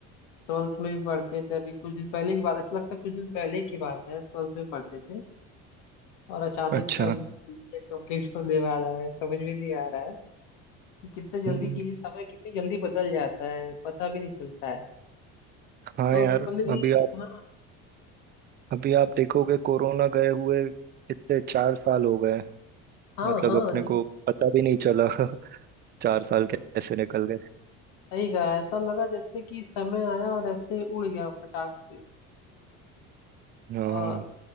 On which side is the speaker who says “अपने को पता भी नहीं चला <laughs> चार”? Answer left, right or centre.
Right